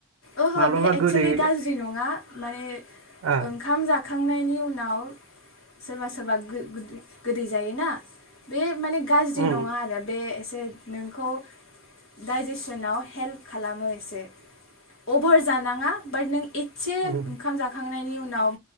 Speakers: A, on the left (about 80°); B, on the right (about 75°).
A: ओहो
B: माब्लाबा
A: बे एक्सुलि
B: गोदै
A: गाज्रि नङा माने
B: ओ
A: ओंखाम जाखांनायनि उनाव सोरबा सोरबा गो-गोदै गोदै जायोना बे माने गाज्रि
B: उम
A: नङा आरो बे बे नोंखौ डाइजेसनाव हेल्प खालामो एसे अभार जानाङा बाट नों ए से
B: उम
A: ओंखाम जाखांनायनि उनाव